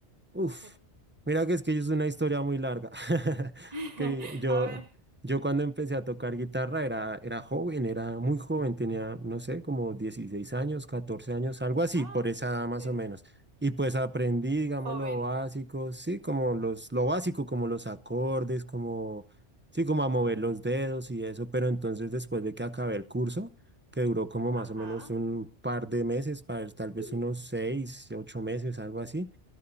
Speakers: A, on the right; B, on the right.
A: Uf,
B: por ejemplo?
A: mira que es que es una historia muy larga. <laughs>
B: <laughs>
A: Que yo,
B: A ver.
A: yo cuando empecé a tocar guitarra era, era joven, era muy joven, tenía, no sé, como 16 años, 14 años, algo así,
B: Ah,
A: por esa edad más
B: sí.
A: o menos. Y pues aprendí, digamos,
B: joven,
A: lo básico, sí, como los, lo básico, como los acordes, como, sí, como a mover los dedos y eso, pero entonces después de que acabé el curso, que duró como más
B: Ajá.
A: o menos un par de meses, para tal vez
B: <laughs>
A: unos seis, ocho meses, algo así.